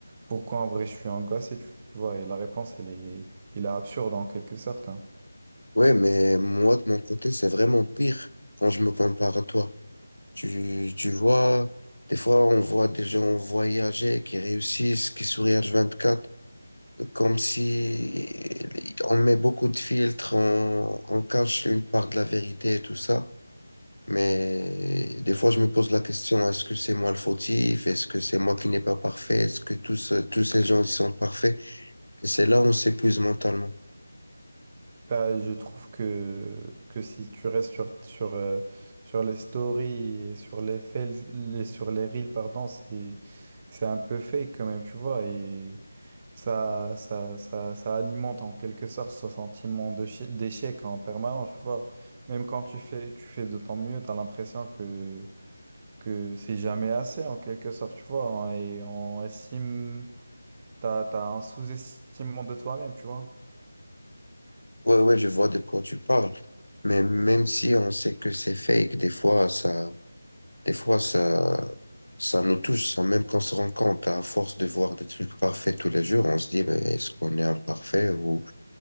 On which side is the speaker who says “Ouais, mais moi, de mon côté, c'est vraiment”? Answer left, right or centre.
Left